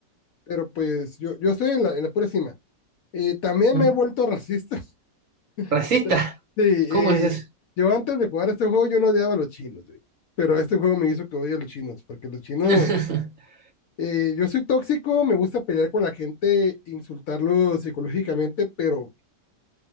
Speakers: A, on the left; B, on the right.
A: pero pues yo, yo estoy en la, en la pura cima. Eh, también
B: ¿Ah?
A: me he vuelto racista.
B: Racista.
A: <laughs> Sí,
B: ¿Cómo
A: eh,
B: es eso?
A: yo antes de jugar este juego yo no odiaba a los chinos, güey. Pero este juego me hizo que odie a los chinos, porque los chinos,
B: <laughs>
A: eh, yo soy tóxico, me gusta pelear con la gente, insultarlos psicológicamente, pero